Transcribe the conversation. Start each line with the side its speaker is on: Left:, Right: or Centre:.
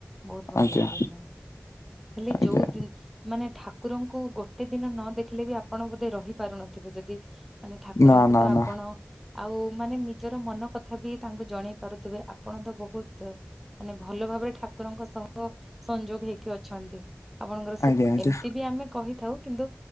Centre: ବହୁତ ଭଲ
Left: ଆଜ୍ଞା
Centre: ଲାଗିଲା। ହେଲେ
Left: ଆଜ୍ଞା
Centre: ଯୋଉ ଦିନ ମାନେ ଠାକୁରଙ୍କୁ ଗୋଟେ ଦିନ ନ ଦେଖିଲେ ବି ଆପଣ ବୋଧେ ରହି ପାରୁନଥିବେ ଯଦି ମାନେ ଠାକୁରଙ୍କୁ
Left: ନା ନା
Centre: ତ ଆପଣ
Left: ନା
Centre: ଆଉ ମାନେ ନିଜର ମନ କଥା ବି ତାଙ୍କୁ ଜଣେଇ ପାରୁଥିବେ ଆପଣ ତ ବହୁତ ମାନେ ଭଲ ଭାବରେ ଠାକୁରଙ୍କ ସହ ସଂଯୋଗ ହେଇକି ଅଛନ୍ତି। ଆପଣଙ୍କର ସୁଖ
Left: ଆଜ୍ଞା ଆଜ୍ଞା
Centre: ଏମିତି ବି ଆମେ କହିଥାଉ କିନ୍ତୁ